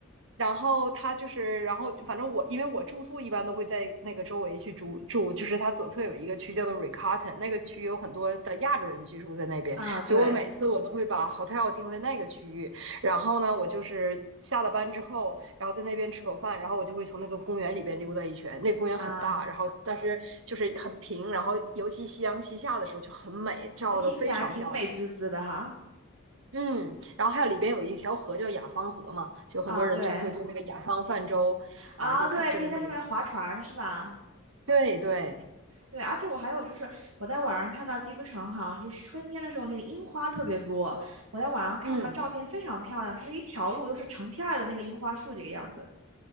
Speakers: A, on the right; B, on the right.
A: 然后他就是，然后反正我因为我住宿一般都会在那个周围去住住，就是它左侧有一个区叫做 Riccarton，那个区有很多的亚洲人居住在那边，
B: 啊对
A: 所以我每次我都会把 hotel 定在那个区域，然后呢，我就是下了班之后，然后在那边吃口饭，然后我就会从那个公园里边溜达一圈，那个公园很大，
B: 啊，
A: 然后但是就是很平，然后尤其夕阳西下的时候就很美，照的非常漂亮。
B: 那听起来挺美滋滋的哈。
A: 嗯，然后还有里边有一条河叫雅芳河嘛，就很多人就是会做那个雅芳泛舟啊，
B: 啊对啊对，
A: 就看就是那种，
B: 可以在上面划船是吧？
A: 对对，
B: 对，而且我还有就是，我在网上看到基督城好像就是春天的时候，那个樱花特别多。我在网上看到照片非常漂亮，
A: 嗯，
B: 就是一条路，就是成片儿的那个樱花树这个样子。